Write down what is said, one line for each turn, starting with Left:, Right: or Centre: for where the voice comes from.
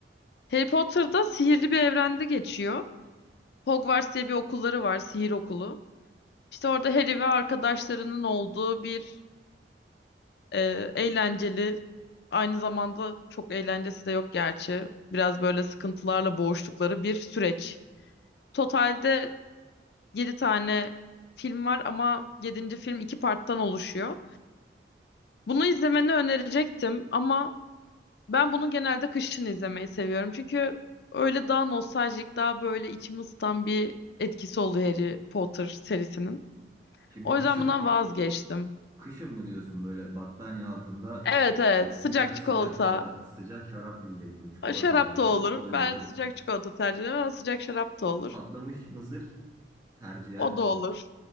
Left: Harry Potter'da sihirli bir evrende geçiyor. Hogwarts diye bir okulları var, sihir okulu. İşte orada Harry ve arkadaşlarının olduğu bir e, eğlenceli, aynı zamanda çok eğlencesi de yok gerçi. Biraz böyle sıkıntılarla boğuştukları bir süreç. Totalde 7 tane film var ama yedinci film iki parttan oluşuyor. Bunu izlemeni önerecektim ama Ben bunu genelde kışın izlemeyi seviyorum. Çünkü öyle daha nostaljik, daha böyle içimi ısıtan bir etkisi oluyor Harry Potter serisinin.
Right: Şimdi
Left: O
Right: kışın
Left: yüzden bundan vazgeçtim.
Right: Kışın mı diyorsun böyle battaniye altında
Left: Evet evet
Right: e, sıcak
Left: sıcak çikolata.
Right: sıcak şara- sıcak şarap diyecektim. Çikolata
Left: Ha, Şarap
Right: diyorsun.
Left: da olur.
Right: O da
Left: Ben
Right: güzel.
Left: sıcak çikolata tercih ediyorum ama sıcak şarap da olur.
Right: Patlamış mısır tercihen
Left: O da olur.